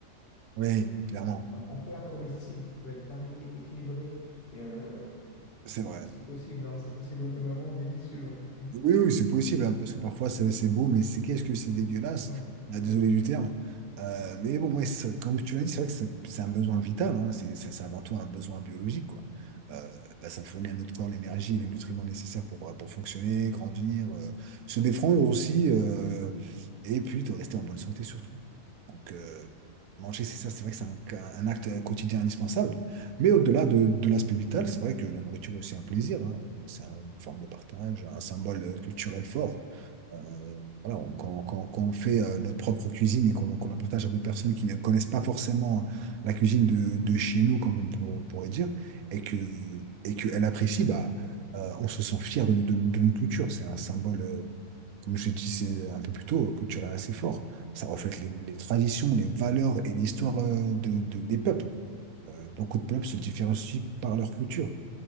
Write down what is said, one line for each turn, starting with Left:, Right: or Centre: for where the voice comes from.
Right: Oui, clairement,
Left: en, en plats comestibles qui peuvent être variés, équilibrés et, euh,
Right: c'est vrai.
Left: si possible, hein, si possible, au demeurant, délicieux. hein. <laughs>
Right: Oui, oui, c'est possible, hein, parce que parfois c'est c'est beau, mais c'est qu'est-ce que c'est dégueulasse.
Left: Ouais.
Right: Euh, désolé du terme. Euh, mais bon, ouais, ça- comme tu l'as dit, c'est vrai que c'est c'est un besoin vital, hein, c'est c'est- c'est avant tout un besoin biologique, quoi. Euh, bah, ça fournit à notre corps l'énergie et les nutriments nécessaires pour, euh, pour fonctionner, grandir, euh, se défendre aussi, euh, et puis de rester en bonne santé surtout. Donc, euh, manger, c'est ça, c'est vrai que c'est un, un acte quotidien indispensable. Mais au-delà de, de l'aspect vital, c'est vrai que la nourriture est aussi un plaisir. hein. C'est une forme de partage, un symbole euh, culturel fort. Euh, voilà, on- quand, quand- quand on fait euh, notre propre cuisine et qu'on qu'on la partage à d'autres personnes qui ne connaissent pas forcément la cuisine de, de chez nous, comme on pour- pourrait dire, et que, et qu'elle apprécie, bah, euh, on se sent fier de, de, de notre culture. C'est un symbole. euh, comme je l'ai dit c'est un peu plus tôt, culturel assez fort. Ça reflète les, les traditions, les valeurs et l'histoire euh, de, de- des peuples. Euh, beaucoup de peuples se différencient par leur culture